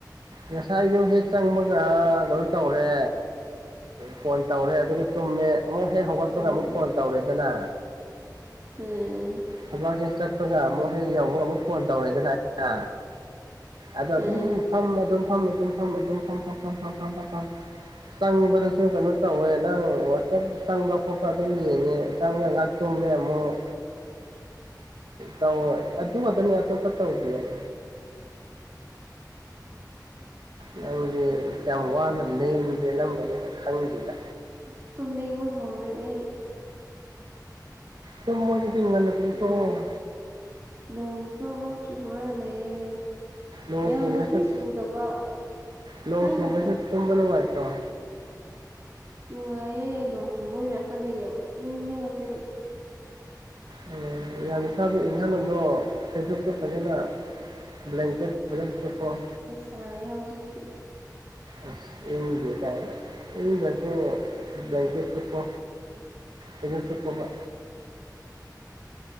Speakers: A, on the right; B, on the right.
A: ꯉꯁꯥꯏꯁꯨ ꯍꯦꯛ ꯆꯪꯕꯒ ꯑ ꯀꯩꯅꯣ ꯇꯧꯔꯦ ꯐꯣꯟ ꯇꯧꯔꯦ ꯑꯗꯨꯒ ꯇꯨꯝꯃꯦ ꯑꯃꯨꯛ ꯍꯦꯛ ꯍꯧꯒꯠꯄꯒ
B: ꯎꯝ
A: ꯑꯃꯨꯛ ꯐꯣꯟ ꯇꯧꯔꯦꯗꯅ
B: ꯎꯝ
A: ꯊꯕꯥꯛꯁ‌ꯦ ꯆꯠꯄꯒ ꯑꯃꯨꯛ ꯍꯦꯛ ꯌꯧꯕꯒ ꯑꯃꯨꯛ ꯐꯣꯟ ꯇꯧꯔꯦꯗꯅ ꯑꯩꯅ ꯑꯗꯣ
B: ꯎꯝ
A: ꯑꯗꯨꯝ ꯐꯝꯃ ꯑꯗꯨꯝ ꯐꯝ ꯑꯗꯨꯝ ꯐꯝ‌ ꯑꯗꯨꯝ ꯐꯝ ꯐꯝ ꯐꯝ ꯐꯝ ꯐꯝ ꯐꯝ ꯐꯝ ꯆꯪꯕꯗꯁꯨ ꯀꯩꯅꯣ ꯇꯧꯋꯦ ꯅꯪ ꯋꯥꯆꯞ ꯆꯪꯕ ꯈꯣꯠꯄ ꯑꯗꯨꯝ ꯌꯦꯡꯉꯦ ꯆꯪꯉ ꯉꯛ ꯇꯨꯝꯃ‌ꯦ ꯑꯃꯨꯛ ꯇꯧ ꯑꯗꯨ ꯉꯥꯛꯇꯅ‌ꯦ ꯑꯇꯣꯞꯄ ꯇꯧꯗ‌ꯤꯌ‌ꯦ ꯅꯪꯖꯦ ꯌꯥꯝ ꯋꯥꯅ ꯂ‌ꯦꯟ ꯂ‌ꯦꯟꯂꯝꯒꯅꯤꯗ ꯈꯪꯗꯦꯗ
B: ꯑꯁ ꯇꯨꯝꯅꯤꯡꯕ ꯍꯧꯔꯦ ꯑꯩ
A: ꯇꯨꯝꯃꯣ ꯗꯨꯗꯤ ꯉꯟꯅ ꯇꯨꯝꯊꯣꯛꯑꯣ
B: ꯅꯣ ꯅꯣꯡꯁꯨ ꯑꯃꯨꯛ ꯆꯨꯔꯒ ꯂꯩꯌꯦ
A: ꯅꯣꯡ
B: ꯌꯥꯝꯅꯗꯤ
A: ꯆꯨꯕꯁꯤꯗ
B: ꯆꯨꯗꯕ ꯈꯤꯇꯪ
A: ꯅꯣꯡ ꯆꯨꯕꯁꯤꯗ
B: ꯈꯤꯇꯪ
A: ꯇꯨꯝꯕ ꯅꯨꯡꯉꯥꯏꯇꯔꯣ
B: ꯅꯨꯡꯉꯥꯏꯌꯦ ꯅꯣꯡ ꯆꯨꯕꯩꯔꯥ ꯈꯟꯗꯦ ꯌꯥꯝ ꯇꯨꯝꯅꯤꯡꯉꯦ ꯍꯧꯖꯤꯛ
A: ꯑꯝ ꯌꯥꯝ ꯅꯁꯥꯗꫭ ꯏꯟꯍꯜꯂꯨꯅꫭ ꯐꯩꯖꯨꯞꯇꫭ ꯐꯖꯅ ꯕꯂ꯭ꯥꯡꯛꯀꯦꯠ ꯐꯖꯅ ꯁꯨꯞꯄꫭ
B: ꯁꯥꯏꯌ‌ꯦ ꯍꯧꯖꯤꯛꯇꯤ
A: ꯑꯁ ꯏꯪꯗ‌ꯦ ꯀꯥꯅ ꯢꯪꯗꯔ꯭ꯁꯨ ꯕꯂ꯭ꯥꯡꯀ‌ꯦꯠ ꯁꯨꯞꯄꯣ ꯐꯩꯖꯨꯞ ꯁꯨꯞꯄꫭꯕ